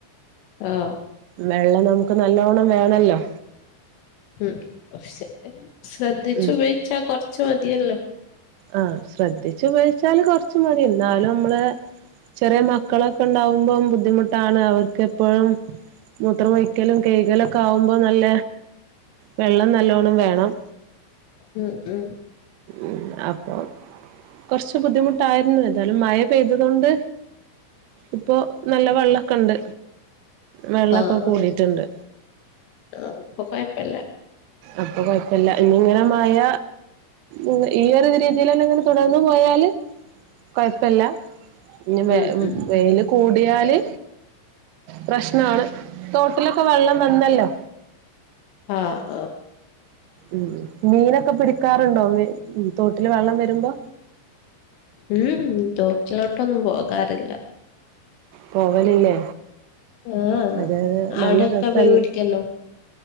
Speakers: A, on the left (about 80°); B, on the right (about 85°).
A: ആഹ്
B: വെള്ളം നമുക്ക് നല്ലോണ്ണം വേണല്ലോ?
A: ഉം പക്ഷെ ശ്രദ്ധിച്ച്
B: ഉം
A: ഉപയോഗിച്ചാ കൊർച് മതിയല്ലോ.
B: ആ ശ്രദ്ധിച്ചു ഉപയോഗിച്ചാല് കൊർ ച്ച് മതി ന്നാലും മ്മളെ. ചെറിയ മക്കളൊക്കെ ണ്ടാവുമ്പോ ബുദ്ധിമുട്ടാണ് അവർക്ക് എ പ്പഴും. മൂത്രംമൊഴിക്കലും കൈകലൊക്കെ ആകുമ്പോ നല്ല വെള്ളം നല്ലോണ്ണം വേണം.
A: ഉം ഉം
B: ഉ അപ്പം. കൊർച്ച് ബുദ്ധിമുട്ടായിരുന്നു ഏതായാലും മഴ പെയ്തതോണ്ട്. ഇപ്പോ നല്ല വെള്ളൊക്കെണ്ട്. വെള്ളൊക്കെ
A: ആഹ്
B: കൂടീട്ടുണ്ട്.
A: ആഹ് ആഹ് ഇപ്പൊ കൊഴപ്പല്ല
B: അപ്പൊ കുഴപ്പല്ല ഇഞ്ഞിങ്ങനെ മഴ ഉം ഈ ഒരു രീതിലെന്നെങ്ങനെ തുടർന്നു പോയാല് കൊഴപ്പല്ല. ഇഞ്ഞി വ
A: ഉം ഉം
B: വെയില് കൂടിയാല് പ്രശ്നാണ്. തോട്ടിലൊക്കെ വെള്ളം വന്നല്ലോ.
A: ആഹ് ആഹ്
B: ഉം മീനൊക്കെ പിടിക്കാറുണ്ടോ തോട്ടില് വെള്ളം വരുമ്പോ?
A: ഉം ഉം തോട്ടിലോട്ടൊന്നും പോകാറില്ല.
B: പോവലില്ലേ
A: ആഹ്
B: അത് നല്ല
A: അവിടെക്കെ
B: രസല്ലേ.
A: മീൻ പിടിക്കല്ലോ